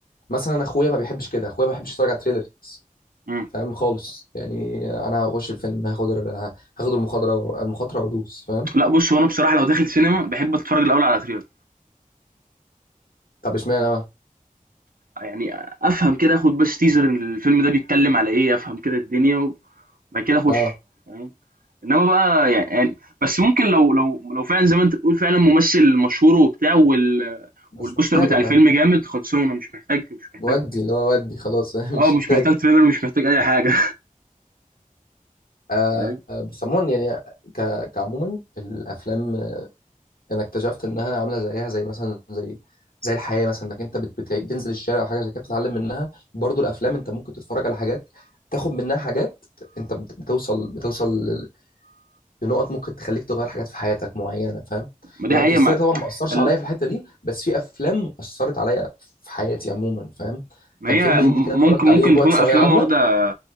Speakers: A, on the left; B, on the right.
A: مثلا أنا اخويا ما بيحبش كده اخويا ما بيحبش يتفرج على تريلر
B: مم.
A: فاهم خالص يعني انا هخش الفيلم هاخد ال- هاخد المخاطره المخاطره وادوس فاهم
B: لا بص هو انا بصراحه لو داخل سينما بحب اتفرج الاول على تريلر
A: طب اشمعنى بقى؟
B: يعني افهم كده اخد بس تيزر ان الفيلم ده بيتكلم على ايه افهم كده الدنيا وبعد كده اخش
A: اه
B: فاهم انما بقى يعني يعني- بس ممكن لو لو لو فعلا زي ما انت بتقول فعلا ممثل مشهور وبتاع وال
A: مش
B: والبوستر
A: محتاجه
B: بتاع
A: فاهم
B: الفيلم جامد خلصونا مش محتاج مش محتاج
A: ودي اللي هو ودي خلاص <laughs>
B: اه
A: مش
B: مش
A: محتاج
B: محتاج تريلر مش محتاج اي حاجه
A: آه
B: فاهم
A: بس عموما يعني ك... كعموما الافلام آه، انا اكتشفت انها عامله زيها زي مثلا زي زي الحياه مثلا انك انت بت... بت... بتنزل الشارع او حاجه زي كده بتتعلم منها برضو الافلام انت ممكن تتفرج على حاجات تاخد منها حاجات انت بت- بتوصل بتوصل ل- لنقط ممكن تخليك تغير حاجات في حياتك معينه فاهم
B: ما دي
A: يعني
B: حقيقه
A: انترستيلر
B: ما,
A: طبعا ما اثرش
B: ال-
A: عليا في الحته دي بس في افلام اثرت عليا في حياتي عموما فاهم
B: ما
A: كان
B: هي
A: فيلم هندي
B: م-
A: كده اتفرجت
B: ممكن ممكن
A: عليه في
B: تكون
A: وقت
B: افلام
A: ثانويه عامه
B: واخده